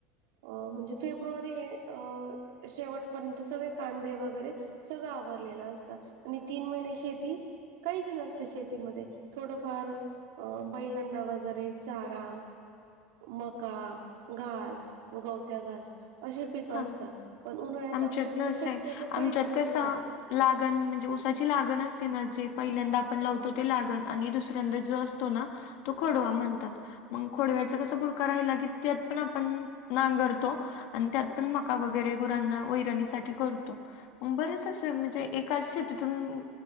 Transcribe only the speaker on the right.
अ म्हणजे फेब्रुवारी अ शेवटपर्यंत सगळे कांदे वगैरे सगळं आवरलेलं असतं आणि तीन महिने शेती. काहीच नसतं शेतीमध्ये थोडंफार अ बैलांना वगैरे चारा. मका घास तो गवत्या घास. अशी पिकं
असतात पण उन्हाळ्यात
आमच्याकडे
शक्यतो
काहीच
नसतं.